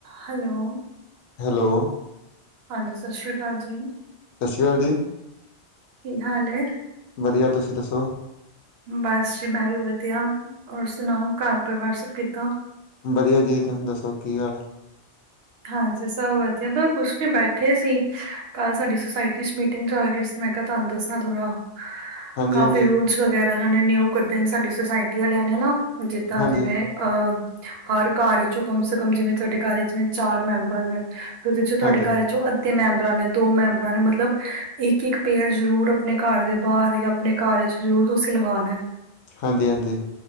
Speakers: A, on the right; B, on the left.
A: Hello.
B: Hello.
A: ਹਾਂਨੀ ਸਾਛਰੀ ਕਾਲ ਜੀ।
B: ਸਸਰੀ ਕਾਲ ਜੀ।
A: ਕੀ ਹਾਲ ਏ?
B: ਵਧੀਆ ਤੁਸੀਂ ਦੱਸੋ?
A: ਬਸ ਜੀ ਮੈਂ ਵੀ ਵਧੀਆ, ਔਰ ਸੁਨਾਓ ਘਰ ਪਰਿਵਾਰ ਸਭ ਕਿੱਦਾ।
B: ਵਧੀਆ ਜੀ ਤੁਹ ਦੱਸੋ ਕੀ ਹਾਲ?
A: ਹਾਂਜੀ ਸਭ ਵਧੀਆ ਬ ਕੁਛ ਨੀ ਬੈਠੇ ਸੀ ਕੱਲ ਸਾਡੀ ਸੋਸਾਇਟੀ ਮੀ ਇਨਸਾਡਿੰਗ ਮੈਂ ਕੇਆ ਤੁਆਨੂੰ ਦੱਸਾਂ ਥੋੜਾ
B: ਹਾਂਜੀ-ਹਾਂਜੀ,
A: ਕਾਫੀ ਰੂਲਸ ਵਗੈਰਾ ਨੇ ਨਿਊ ਕੱਡੇ ਨੇ ਸਾਡੀ ਸੁਸਾਇਟੀ ਵਾਲਿਆਂ ਨੇ ਨਾ, ਜਿੱਦਾਂ
B: ਹਾਂਜੀ,
A: ਜਿਵੇਂ ਆ ਹਰ ਘਰ ਚੋਂ ਕਮ ਸੇ ਕਮ ਜਿਵੇਂ ਸਾਡੇ ਘਰ ਵਿਚ ਨੇ ਚਾਰ ਮੈਂਬਰ ਨੇ ਓਦੇ ਚੋਂ ਤੁਹਾਡੇ
B: ਹਾਂਜੀ,
A: ਘਰ ਚੋਂ ਅ ਤੇ ਮੈਂਬਰਾਂ ਨੇ ਦੋ ਮੈਂਬਰਾਂ ਨੇ ਮਤਲਬ ਇੱਕ-ਇੱਕ ਪੈਅਰ ਜਰੂਰ ਆਪਣੇ ਘਰ ਦੇ ਬਾਰ ਜਾਂ ਪਣੇ ਘਰ ਚ ਜ਼ਰੂਰ ਤੁਸੀਂ ਲਗਾਣਾ ਏ।
B: ਹਾਂਜੀ-ਹਾਂਜੀ।